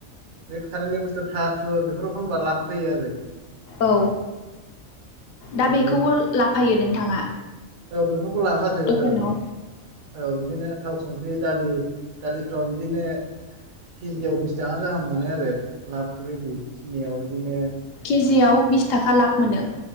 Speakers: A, on the right; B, on the left.
A: बे कारेन्टनि बुस्थु थार थुर बेफोराव एखनबा लाब फैयो आरो
B: औ दा
A: बिदि
B: बेखौबो लाफायो नोंथाङा
A: औ बेफोरखौ लाफाजोबो
B: दखानाव
A: औ औ बिदिनो थाव संख्रि दालि दालि फाव बिदिनो केजियाव बिसथाखा गाहाम मोनो आरो लाब बेबायदि नियाव बिदिनो
B: केजिआव बिसथाखा लाब मोनो